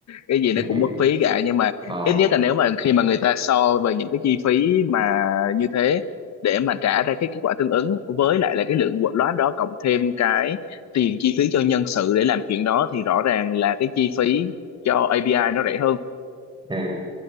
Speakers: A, on the left (about 60°); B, on the right (about 15°).
A: cái gì nó
B: <laughs>
A: cũng mất phí cả nhưng mà
B: ờ
A: ít nhất là nếu mà khi mà người ta so về những cái chi phí mà như thế để mà trả ra cái kết quả tương ứng với lại là cái lượng loát đó cộng thêm cái tiền chi phí cho nhân sự để làm chuyện đó thì rõ ràng là cái chi phí cho API nó rẻ hơn
B: à,